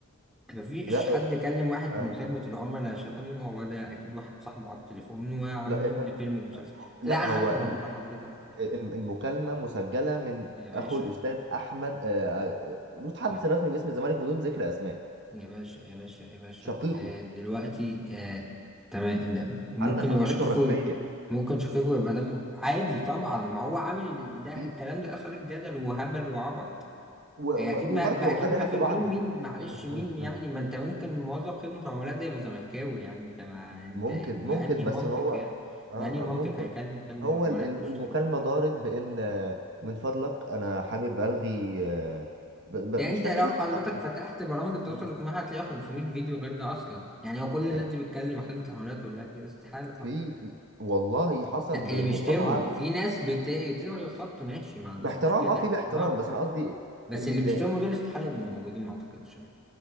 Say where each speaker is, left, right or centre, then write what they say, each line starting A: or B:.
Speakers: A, in the centre; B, on the right (about 55°).
A: مفيش
B: لا
A: حد كلم واحد
B: آه،
A: من خدمة العملاء شتمه هو ده أكيد واحد صاحبه على التليفون وعاملين
B: لا يا فندم.
A: فيلم ومسلسل
B: لا
A: لا أنا
B: هو
A: عارف
B: ال-
A: أنا بقول لحضرتك إيه.
B: ال- المكالمة مسجلة من
A: يا باشا
B: اخو الاستاذ احمد آه، آه، المتحدث
A: يا
B: الرسمي باسم الزمالك بدون ذكر اسماء
A: يا باشا يا باشا يا باشا
B: شقيقه
A: آه دلوقتي آه تمام ده ممكن
B: على صفحته
A: يبقى شقيقه
B: الرسميه
A: ممكن شقيقه يبقى دمه عادي طبعا ما هو عامل ده
B: اكيد
A: الكلام ده أثار الجدل وهبل وعبط
B: و-
A: هي اكيد
B: و- وبرضه
A: ما, ما اكيد
B: تابعت
A: ما في
B: بعض
A: مين مين معلش
B: مم،
A: مين
B: مم، مم.
A: يعني ما انت ممكن موظف خدمة عملاء ده يبقى زملكاوي يعني انت ما انت
B: ممكن
A: بأنهي
B: ممكن
A: منطق
B: بس هو اه
A: يعني
B: آه،
A: بأنهي منطق
B: ممكن
A: هيكلم خدمة
B: هو
A: العملاء
B: ال- ال-
A: يشتكي
B: المكالمة
A: كده
B: دارت بإن آه، من فضلك أنا حابب ألغي آه، ب-
A: يعني
B: ب- مش
A: انت
B: فاكرها
A: لو حضرتك
B: بالتفصيل
A: فتحت برامج التواصل
B: مم.
A: الاجتماعي هتلاقي 500 فيديو غير ده اصلا يعني هو كل الناس
B: آه،
A: دي بتكلم خدمة العملاء تقول لك كده استحالة طبعا
B: في في والله حصل
A: است- اللي بيشتموا
B: مقاطعة
A: في ناس بت- بتلغي الخط ماشي ما عنديش
B: باحترام
A: مشكلة
B: اه في باحترام
A: اه
B: بس أنا قصدي
A: بس
B: إن
A: اللي بيشتموا دول استحالة يبقوا موجودين ما اعتقدش يعني